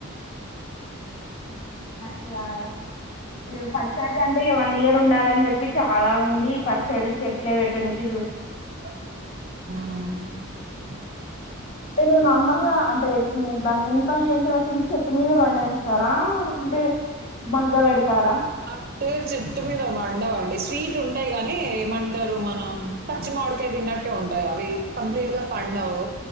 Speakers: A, on the left; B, on the right.
A: <inaudible> ఈ ప స్టడీ అంటే వన్ ఇయర్ ఉండాలని చెప్పి ి చాలా ఉంది పచ్చళ్ చెట్లు వేటడానికి చూ
B: హ <inaudible>
A: మీరు నార్మల్ గా అంటే మీ బంగి పల్లి అంటే కాటి ఇ చెత్త మీద బంండ ఇస్తారా లేకంటే మగ్గ పెడతారా
B: అంటే చెట్టు మీద వండవండి స్వీట్ ఉంటాయి కాని ఏమంటారు మనం పచ్చిమడకాయ తిన్నట్టే ఉంటాయి అవి కంప్లీట్ గా పండవు